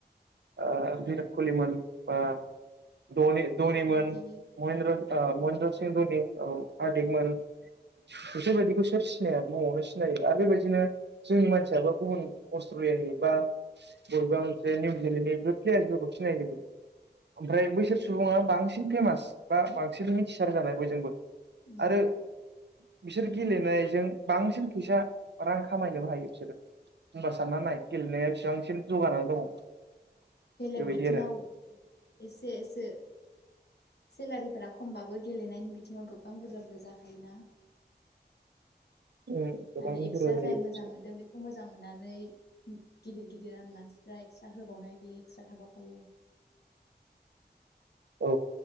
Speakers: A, on the right; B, on the left.
A: ओ बिराट कहलिमोन बा धनि-धनिमोन,
B: हार्दिक
A: महेनद्र ओ महेनद्र धनि औ हार्दिकमोन बिसोर बायदिखौ सोर सिनाया बुहुमावनो सिनायो। आरो बेबायदिनो जोंनि मानसियाबो गुबुन अट्रलियानि बा बबेबा मोनसे निउजिलेण्डनि प्लेयार फोरखौ सिनायो जो‌ङो। ओमफ्राय बैसोर सुबुङा बांसिन फेमास बा बां सिन मिथिसार जानाय बयजोंबो
B: नंगौ
A: आरो बिसोर गेलेनायजों बांसिन फैसा रां खामायनोबो हायो। बिसोरो होनबार साननानै नाय गेलेनाया बेसेबांसिम जौगानानै दङ?
B: बेलेग
A: बेबायदि
B: बिथिङाव
A: आरो
B: एसे एसे सेलारिफोरा खमबाबो गेलेनायनि बिथिङाव गोबां बुरजा-बुरजा जाखायोना
A: उम गोबां
B: आरो एक्सट्रा
A: बुरजा जायो
B: जाय
A: फैसा।
B: मोजां मोनदों बेखौ मोजां मोननानै गिदिर-गिदिर मानसिफ्रा एक्सट्रा होबावनाय बेयो एक्सट्रा थाबावखायो।
A: औ